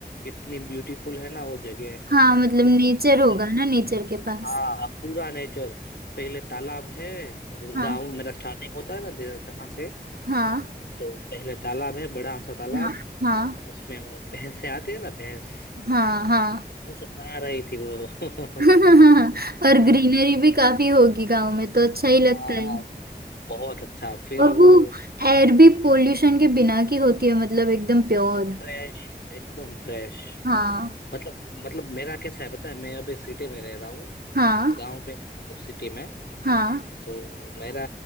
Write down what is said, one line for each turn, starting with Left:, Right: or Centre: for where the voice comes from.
Left: इतनी ब्यूटीफुल है ना वो जगह
Right: हाँ मतलब
Left: उध-
Right: नेचर
Left: मतलब
Right: होगा ना नेचर के पास
Left: हाँ पूरा नेचर पहले तालाब है गांव
Right: हाँ
Left: मेरा स्टार्टिंग होता है ना जहाँ से
Right: हाँ
Left: तो पहले तालाब है बड़ा सा तालाब
Right: हाँ हाँ
Left: उसमें वो भैंस से आती है ना भैंस
Right: हाँ हाँ
Left: वो सब नहा रही थी वो <laughs>
Right: <laughs> और
Left: हाँ
Right: ग्रीनरी भी काफी होगी गांव में तो अच्छा ही
Left: हाँ
Right: लगता है
Left: बहुत अच्छा फिर
Right: और
Left: वो
Right: वो एयर भी पोल्यूशन के बिना की होती है मतलब एकदम प्योर
Left: फ्रेश एकदम फ्रेश
Right: हाँ
Left: मतलब मतलब मेरा कैसा है पता है मैं अभी सिटी में रह रहा हूँ
Right: हाँ
Left: गांव पे नहीं मतलब सिटी में
Right: हाँ
Left: तो मेरा